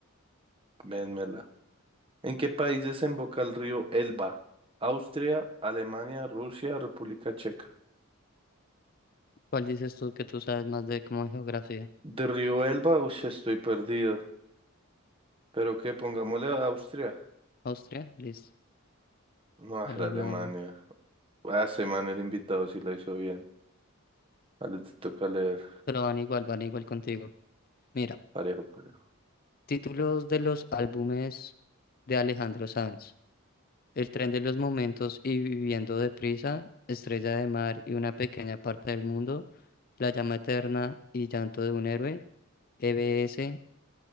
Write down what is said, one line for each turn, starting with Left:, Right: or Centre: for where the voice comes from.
Right: Vénmela. ¿En qué país desemboca el río Elba? Austria, Alemania, Rusia, República Checa.
Left: ¿Cuál dices tú que tú sabes más de como de geografía?
Right: De río Elba, uy, estoy perdido. Pero que pongámosle a Austria.
Left: Austria, listo.
Right: No,
Left: Alemania.
Right: era Alemania. Ah, ese man, el invitado, sí lo hizo bien. Ah, le toca leer.
Left: Pero van igual, van igual contigo. Mira,
Right: Parejo, parejo.
Left: títulos de los álbumes de Alejandro Sanz. El tren de los momentos y viviendo deprisa, estrella de mar y una pequeña parte del mundo, la llama eterna y llanto de un héroe, E B S